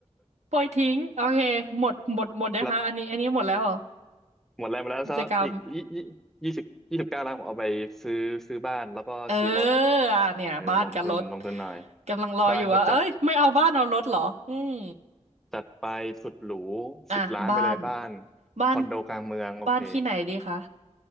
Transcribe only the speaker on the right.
ปล่อยทิ้งโอเคหมดหมดหมดนะคะอันนี้อันนี้หมดแล้วเหรอ
กิจกรรม เอออ่ะเนี่ยบ้านกับรถ
กำลังรออยู่ว่าเอ้ยไม่เอาบ้านเอารถเหรออืม
อ่ะบ้าน
บ้าน
บ้านที่ไหนดีคะ